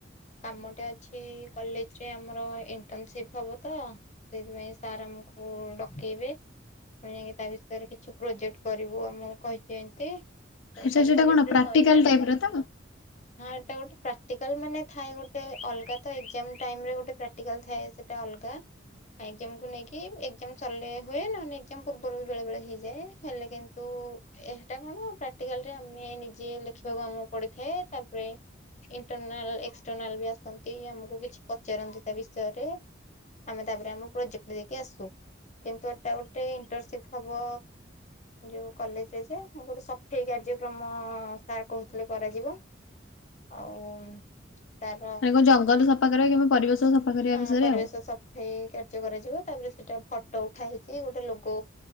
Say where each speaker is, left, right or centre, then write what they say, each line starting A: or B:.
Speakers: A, on the left; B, on the left.
A: କାମଟେ ଅଛି କଲେଜରେ ଆମର ଇଣ୍ଟରନସିପ ହବ ତ ସେଥିପାଇଁ ସାରତ ଆମକୁ ଡକେଇବେ ମାନେ ତା ବିଷୟରେ କିଛି ପ୍ରୋଜେକ୍ଟ କରିବୁ ଆମକୁ କହିଛି ଏମିତି
B: ସେଟା
A: ସବୁ
B: ସେଟା
A: କଲେଜରେ
B: କଣ ପ୍ରାକ୍ଟିକାଲ
A: ସରିଲାଣି।
B: ଟାଇପ ର ତ
A: ହଁ ଏଇଟା ଗୋଟେ ପ୍ରାକ୍ଟିକାଲ ମାନେ ଥାଏ ଗୋଟେ ଅଲଗା ତ ଏକ୍ସଜାମ ଟାଇମ୍ ରେ ଗୋଟେ ପ୍ରାକ୍ଟିକାଲ ଥାଏ ସେଇଟା। ଉଲକା ଏକ୍ସଜାମ କୁ ନେଇକି ଏକ୍ସଜାମ ସାରିଲେ ହୁଏ ଏକ୍ସଜାମ ପୂର୍ବ ବି ବେଳେ ବେଳେ ହେଇଯାଏ ହେଲେ କିନ୍ତୁ ଏଟା କଣ ପ୍ରାକ୍ଟିକାଲ ରେ ଆମେ ନିଜେ ଲେଖିବାକୁ ମୁ ପଡିଥାଏ ତାପରେ ଇଣ୍ଟରନାଲ ଏକ୍ସଟର୍ନାଲ ବି ଆସନ୍ତି ଆମକୁ କିଛି ପଚାରନ୍ତି ତା ବିଷୟରେ। ଆମେ ତାପରେ ଆମ ପ୍ରୋଜେକ୍ଟ ଦେଇକି ଆସୁ କିନ୍ତୁ ଏଟା ଗୋଟେ ପ୍ଟର ସିପ୍ଟ ହବ ଯୋଉ କଲେଜରେ ଯେ ଗୋଟେ ସଫେଇ କାର୍ଯ୍ୟକ୍ରମ ସାଟ କହୁଥିଲେ କରାଯିବ ଆଉ ତାର
B: ମାନେ କଣ ଜଙ୍ଗଲରେ ସଫା କରିବା କେବେ ପରିବେଶ। ସଫା କରିବା
A: ହଁ
B: ବିଷୟରେ
A: ପରିବେଶ
B: ଆଉ
A: ସଫେଇ କାର୍ଯ୍ୟ କରାଯିବ। ତାପରେ ସେଟା ଫୋଟୋ ଉଠା ହେଇକି ଗୋଟେ ଲୋଗ